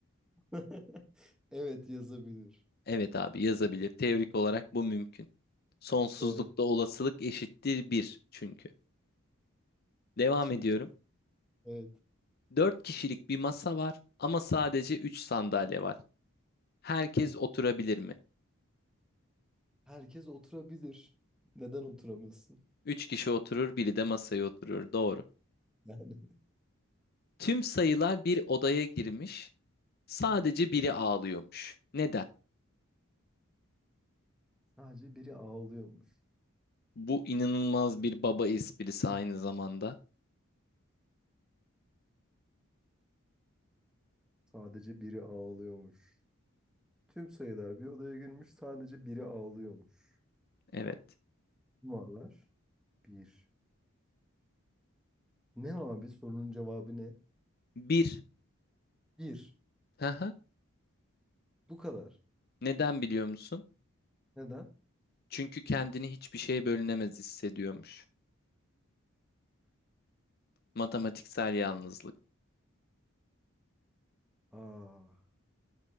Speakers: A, in the centre; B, on the left.
A: <laughs> Evet yazabilir.
B: Evet abi yazabilir. Teorik olarak bu mümkün. Sonsuzlukta
A: Evet
B: olasılık eşittir bir çünkü. Devam
A: çok
B: ediyorum.
A: güzel. Evet.
B: dört kişilik bir masa var ama sadece 3 sandalye var. Herkes oturabilir mi?
A: Herkes oturabilir. Neden oturamasın?
B: Üç kişi oturur, biri de masaya oturur. Doğru.
A: Yani.
B: Tüm sayılar bir odaya girmiş. Sadece biri
A: <laughs>
B: ağlıyormuş. Neden?
A: Sadece biri ağlıyormuş.
B: Bu inanılmaz bir baba esprisi aynı zamanda.
A: Sadece biri ağlıyormuş. Tüm sayılar bir odaya girmiş. Sadece biri ağlıyormuş.
B: Evet.
A: Numaralar bir. Ne abi sorunun cevabı ne?
B: Bir.
A: Bir.
B: Haha.
A: Bu kadar.
B: Neden biliyor musun?
A: Neden?
B: Çünkü kendini hiçbir şeye bölünemez hissediyormuş. Matematiksel yalnızlık.
A: Aa,